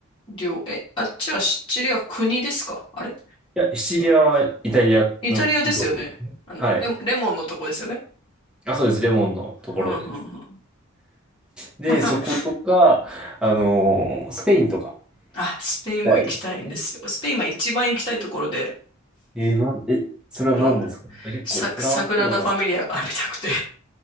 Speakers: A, on the left (about 25°); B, in the centre.
A: 領、え、あっちはシチリア国ですかあれ
B: いや、シチリアはイタリアの領土。
A: イタリアですよね。あの、
B: はい。
A: レモン、レモンのとこですよね。
B: あ、そうです。レモンのところです。
A: うん、うん、うんうん
B: で、
A: <laughs>。
B: そことか、あのースペインとか
A: あ、スペインも行きたいんですよ。
B: 行きたいですね。
A: スペインは一番行きたいところで、
B: えーなん、え、それは何ですか結構、
A: あの、サ、
B: フランスとかが、
A: サグラダ・ファミリアが見たくて